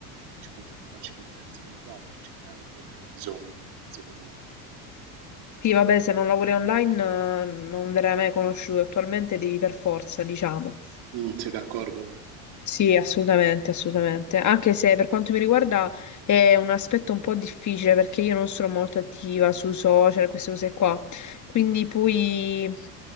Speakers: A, on the right (about 55°); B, on the left (about 35°).
A: diciamo, c'è un bacino di utenza molto ampio, ce n'è anche bisogno, secondo me.
B: Sì, vabbè, se non lavori online eh, non verrai mai conosciuto, attualmente devi per forza, diciamo.
A: Mm, sei d'accordo?
B: Sì, assolutamente, assolutamente. Anche se per quanto mi riguarda è un aspetto un po' difficile perché io non sono molto attiva sui social, queste cose qua. Quindi poi